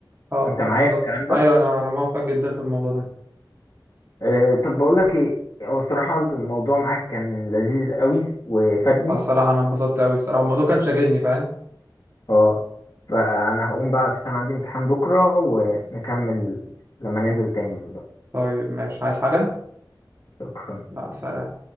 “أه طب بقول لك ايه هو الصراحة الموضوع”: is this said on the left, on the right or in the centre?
Left